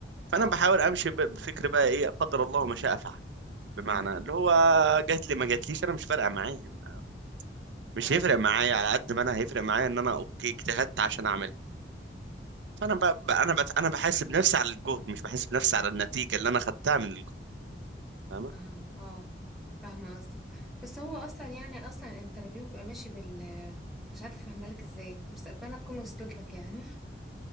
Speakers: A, on the right; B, in the centre.
A: فأنا
B: اه
A: بحاول أمشي ب- بفكر بقى إيه قدر الله ما شاء فعل بمعنى
B: امم
A: اللي هو جات لي ما جاتليش أنا مش فارقة معايا ما- مش
B: اه
A: هيفرق معايا على قد ما أنا هيفرق معايا إن أنا أوكي اجتهدت عشان أعملها فانا ب... ب- انا بت... انا بحاسب نفسي على الجهد مش بحاسب نفسي على النتيجه اللي انا خدتها من الجهد فاهمه
B: آه، آه، فاهمة قصدك. بس هو أصلًا يعني أصلًا الinterview بيبقى ماشي بال مش عارفة أفهمها لك إزاي، بس أتمنى تكون وصلت لك يعني.